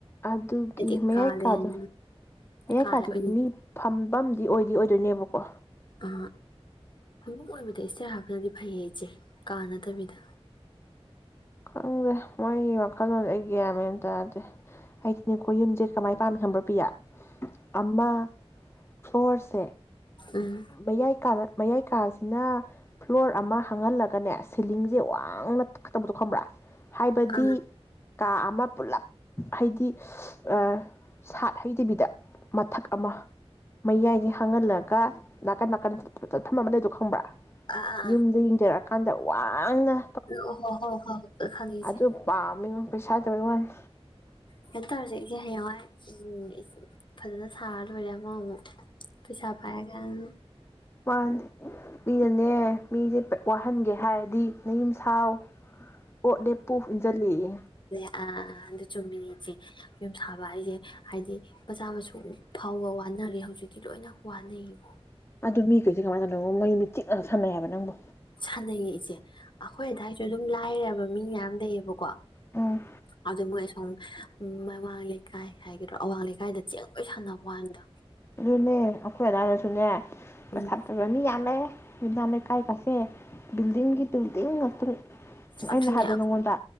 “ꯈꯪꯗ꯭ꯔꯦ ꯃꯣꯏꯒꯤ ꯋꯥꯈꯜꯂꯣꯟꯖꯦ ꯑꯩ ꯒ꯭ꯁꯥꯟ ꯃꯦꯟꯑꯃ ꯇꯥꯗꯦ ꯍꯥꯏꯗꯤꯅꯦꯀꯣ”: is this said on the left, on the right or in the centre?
Left